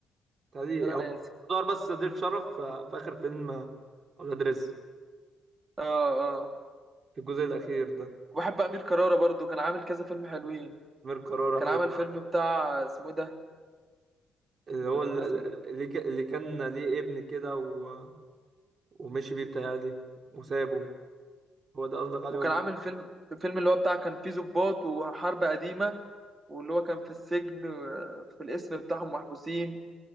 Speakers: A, on the right; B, on the right.
A: تهيألي
B: بس انا
A: هو
B: ناسي
A: دار بس ضيف شرف في في آخر فيلم أولاد رزق
B: اه اه
A: في الجزء الأخير ده
B: وبحب امير كرارة برضو كان عامل كذا فيلم حلوين
A: أمير كرارة
B: كان
A: حلو
B: عامل فيلم بتاع اسمه إيه ده
A: اللي هو
B: انا
A: ال-
B: نسيت
A: ال- اللي ك- اللي كان ليه ابن كده و... ومشي بيه بتهيألي وسابه هو ده قصدك عليه
B: وكان
A: ولا
B: عامل فيلم الفيلم اللي هو بتاع كان فيه ضباط وحرب قديمة واللي هو كان في السجن آه، في الاسم بتاعهم محبوسين